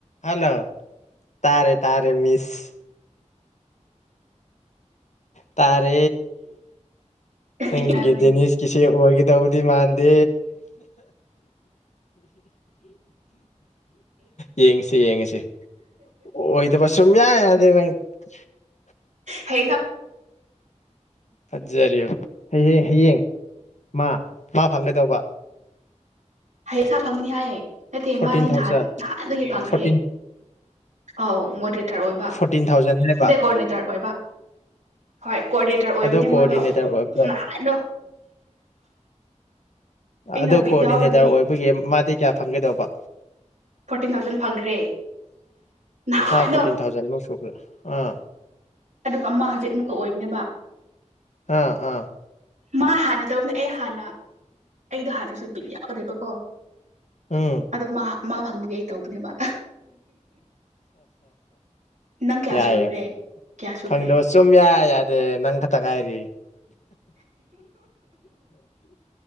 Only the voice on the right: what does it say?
ꯍꯥꯏꯕꯅꯦ
ꯍꯌꯦꯡ ꯊ
ꯍꯥꯏꯌꯦꯁ ꯐꯪꯅꯤ ꯍꯥꯏ ꯅꯠꯇꯦ
ꯃꯥꯗꯤ
ꯅꯍ ꯅꯍꯥꯟꯗꯒꯤ ꯐꯪꯈ꯭ꯔꯦ
ꯑꯥꯎ ꯃꯣꯗꯔꯦꯇꯔ ꯑꯣꯏꯕ
ꯑꯦ
ꯀꯣꯗꯤꯅꯦꯇꯔ ꯑꯣꯏꯕ ꯍꯣꯏ ꯀꯣꯔꯑꯣꯗꯤꯅꯦꯇꯔ ꯑꯣꯏꯕꯅꯦ
ꯃꯥꯗꯣ
ꯅꯍꯥꯟꯗꯣ ꯑꯩꯅ
ꯕꯤꯠ
ꯌꯥꯎꯗꯕꯒꯤ
ꯐꯣꯔꯇꯤꯟ ꯊꯥꯎꯖꯟ ꯐꯪꯈ꯭ꯔꯦ ꯅꯍꯥꯟꯗꯣ
ꯑꯗꯨꯒ ꯃꯥ ꯍꯧꯖꯤꯛ ꯑꯃꯨꯛꯀ ꯑꯣꯏꯕꯅꯦꯕ
ꯃꯥ ꯍꯥꯟꯅ ꯇꯧꯕꯅꯦ ꯑꯩ ꯍꯥꯟꯅ ꯑꯩꯗꯣ ꯍꯥꯟꯅꯁꯨ ꯕꯤ ꯌꯥꯎꯒꯗꯕꯀꯣ
ꯑꯗꯣ ꯃꯥ ꯃꯥ ꯐꯪꯕꯒꯤ ꯑꯩ ꯇꯧꯕꯅꯦꯕ ꯅꯪ ꯀꯌꯥ
ꯁꯨꯔꯈ꯭ꯔꯦ ꯀꯌꯥ ꯁꯨꯈ꯭ꯔꯦ